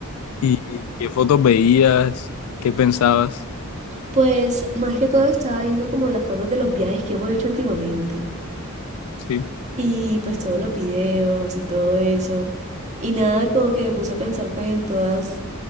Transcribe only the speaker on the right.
Pues más que todo estaba viendo como las fotos de los viajes que hemos hecho últimamente.
Y pues todos los videos y todo eso. Y nada, como que me puse a pensar pues en todas,